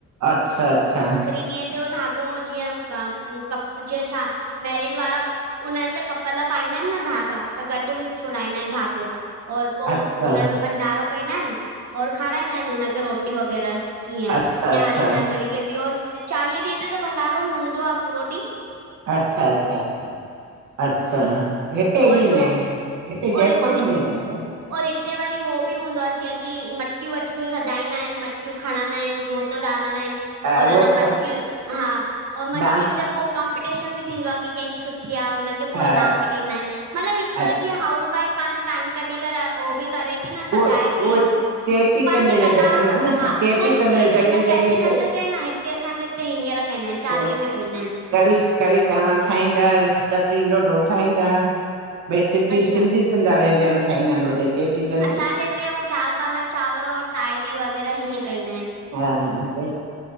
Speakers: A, on the right (about 80°); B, on the right (about 60°).
A: अच्छा -अच्छा
B: खिरी ॾींहं ते हो धाॻो जीअं बा, उम कप जीअं छा मैरिड वारा उन्हनि ते कपल पाईंदा इन न धाॻा, त गॾु छुड़ाईंदा इन धाॻो। और पो
A: अच्छा
B: हुनमें भंडारो कइंदा हिन और खाराईंदा हिन हुन खे रोटी वग़ैरह। ईअं,
A: अच्छा
B: न्याणी
A: अच्छा अच्छा
B: वियाङणी खे भी और चालीहें ॾींहं ते त भंडारो ई हूंदो आ पूरो ॾींहं।
A: अच्छा- अच्छा। अच्छा, हिते
B: और
A: ईयें न
B: जो
A: हिन, हिते जयपुर
B: और उन
A: में ईअं न हिन
B: और हिते वरी हो बि हूंदो आ, जीअं कि मटकियूं वटकियूं सजाईंदा हिन, मटकियूं खणंदा हिन जोत <unintelligible> आहिन और
A: हा उहो
B: हुन मटकियूं,
A: त
B: हा और मटकियुनि
A: डांस
B: ते पो कॉम्पिटीशन भी थींदो आ कि कंहिंजी सुठी आ हुन खे पो
A: हा
B: ईनाम भी ॾींदा हिन, मतलब हिकु
A: अ-
B: जीअं हाउस वाइफ़ पांहिंजो टाइम कढी करे हो भी करे ती न
A: उहो
B: सजाए
A: उहो
B: ती,
A: चेटीचंड
B: पांजी
A: जो
B: कला
A: जो कंदा आहिनि
B: हा
A: चेटीचंड
B: न हिते
A: जी जॻह
B: हिन चेट्री
A: जॻह
B: चंडु ते न न हिते असांजे हिते हींअर कईदा हिन,
A: उहो
B: चालीहे में कईंदा हिन
A: कढ़ी -कढ़ी चांवर ठाहींदा, चटणीं ढोढो ठाहींदा। भई सच्ची
B: अच्छा
A: सिंधी संधा व्यंजन ठाहींदा हिन होेॾे चेट्री
B: असांजे हिते हू दाल, पालक, चांवर और ताहिरी वग़ैरह, हीअं कइंदा हिन।
A: हा, हिते,